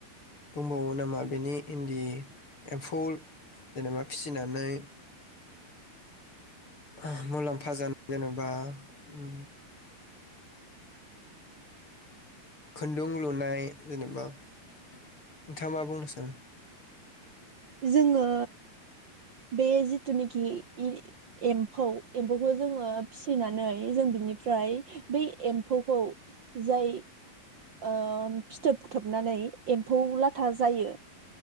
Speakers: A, on the left (about 30°); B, on the right (about 75°).
A: बुंबावो नामा बेनि इन्दि एम्फौल जेनेबा फिसिनानै <unintelligible> मुलाम्फा जानाय जेनेबा उम खुन्दुं लुनाय जेनेबा नोंथाङा मा बुंनो सानो
B: जोङो बे जिथुनेखि ए-एम्फौ एम्फौखौ जोङो फिसिनानै जों बिनिफ्राय बै एम्फौखौ जाय ओ फिथोब थोबनानै एम्फौ लाथा जायो